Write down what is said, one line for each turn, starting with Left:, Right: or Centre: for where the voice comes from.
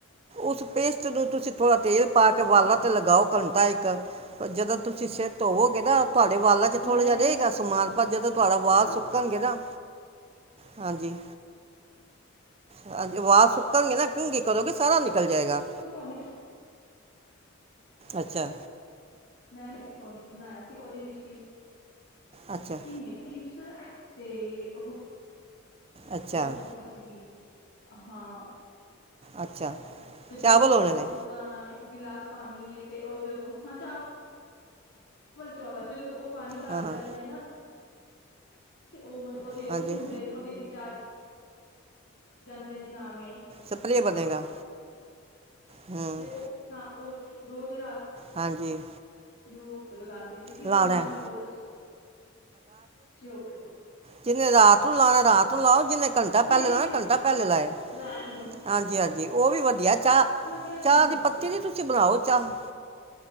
Right: ਉਸ ਪੇਸਟ ਨੂੰ ਤੁਸੀਂ ਥੋੜਾ ਤੇਲ
Left: ਅੱਛਾ,
Right: ਪਾ
Left: ਅੱਛਾ
Right: ਕੇ ਵਾਲਾਂ ਤੇ ਲਗਾਓ ਕ ਹਫਤਾ ਇਕ, ਜਦੋਂ ਤੁਸੀਂ ਸੇਰ ਤੋਵੋਗੇ ਨਾ ਤੁਆਡੇ ਵਾਲਾਂ ਚ
Left: ਮੈਂ
Right: ਥੋੜਾ ਜਿਆ ਰਏਗਾ ਸਮਾਨ ਪਰ ਜਦੋ ਤੁਆਡਾ
Left: ਨਾ
Right: ਵਾਲ ਸੁੱਕਣਗੇ ਨਾ, ਹਾਂਜੀ। ਹਾਂਜੀ, ਵਾਲ ਸੁੱਕਣਗੇ ਨਾ ਕੰੰਗੀ ਕਰੋਗੇ, ਸਾਰਾ ਨਿਕ ਲ ਜਾਏਗਾ।
Left: ਇੱਕ ਟੋਨਿਕ
Right: ਅੱਛਾ।
Left: ਮੈਂ ਅਸੀਂ ਟੋਨਿਕ ਬਨਾਇਆ ਸੀ, ਓਦੇ ਵਿੱਚ ਕੀ ਸੀ
Right: ਅੱਛਾ
Left: ਮੇਥੀ ਤੇ ਓਹ
Right: ਅੱਛਾ
Left: ਓਰ <unintelligible> ਸੀਗੀ। ਹਾਂ
Right: ਅੱਛਾ
Left: ਤੇ
Right: ਚਾਵਲ
Left: ਦੋ
Right: ਹੋਣੇ
Left: ਇੱਕ
Right: ਨੇ
Left: ਜਿੱਦਾਂ ਗਿਲਾਸ ਪਾਣੀ ਹੈ ਤੇ ਉਹ ਜਦੋਂ ਹਾਂ ਚਾ ਚਵਲ ਚਾਵਲ ਜਦੋਂ ਪਾਣੀ ਘੱਟ
Right: ਹਾਂ
Left: ਰਹਿ
Right: ਹਾਂ
Left: ਜਾਏ ਨਾ ਤੇ ਉਹ ਮਤਲਬ-' ਉਹਦੇ ਉਹ
Right: ਹਾਂਜੀ
Left: ਹੁੰਦੇ ਨੇ ਉਹਦੇ ਵਿਚਾਰੇ ਜਾਂਦੇ ਨੇ ਨਾਮੇ
Right: ਸਪਰੇਅ ਬਣੇਗਾ
Left: ਹਾਂ
Right: ਹੂੰ
Left: ਤੇ ਓਹ ਹਾਂ ਓ--ਹ ਰੋਜ ਰਾਤ
Right: ਹਾਂਜੀ
Left: <unintelligible> ਸੀਗੀ ਉਹਦੇ
Right: ਲਾਣਾ
Left: ਨਾਲ
Right: ਹੈ।
Left: ਵੀ ਬਹੁਤ ਅਛ ਅੱਛੇ ਹੋ ਗਏ ਸਨ।
Right: ਜਿੱਨੇ ਰਾਤ ਨੂੰ ਲਾਣਾ ਰਾਤ ਲਾਉ ਜਿੰਨੇ ਘੰਟਾ
Left: ਫਰਿਜ
Right: ਪਹਿਲੇ ਲਾਇਆ,
Left: ਵਿੱਚ
Right: ਘੰਟਾ
Left: ਸੀ
Right: ਪਹਿਲੇ ਲਾਏ
Left: ਰਾਤ ਨੂੰ
Right: ਹਾਂਜੀ ਹਾਂਜੀ, ਉਹ ਵੀ ਵਧੀਆ ਚਾਹ
Left: ਲੱਗਿਆ ਰਹਿਣ
Right: ਚਾਹ
Left: ਦਿੰਦੀ
Right: ਦੀ ਪੱਤੀ
Left: ਸੀ ਮੈਂ
Right: ਨੀ
Left: ਤੇ
Right: ਤੁਸੀਂ ਬਣਾਓ, ਚਾਹ